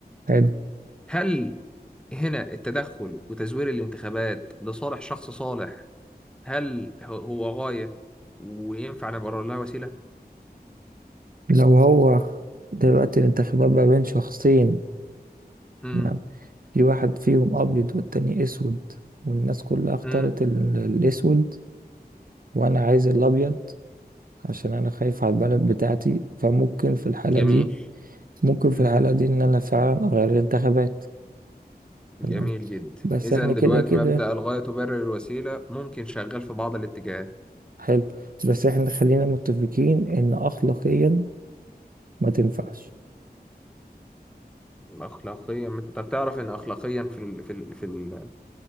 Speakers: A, on the right; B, in the centre.
A: حلو
B: هل هنا التدخل وتزوير الانتخابات لصالح شخص صالح هل هو هو غاية وينفع نبرر لها وسيلة؟
A: لو هو دلوقتي الانتخابات ما بين شخصين
B: امم
A: ما- في واحد فيهم أبيض والتاني أسود والناس كلها اختارت
B: امم
A: ال- الأسود وأنا عايز الأبيض عشان أنا خايف على البلد بتاعتي فممكن في الحالة
B: جميل
A: دي ممكن في
B: امم
A: الحالة دي إن أنا فعلا أغير الانتخابات تمام
B: جميل جدا
A: بس
B: إذا
A: إحنا كده
B: دلوقتي
A: كده
B: مبدأ الغاية تبرر الوسيلة ممكن شغال في بعض الاتجاهات
A: حلو بس إحنا خلينا متفقين إن أخلاقيا ما تنفعش
B: اخلاقيا طب تعرف ان اخلاقيا في ال... في ال... في ال...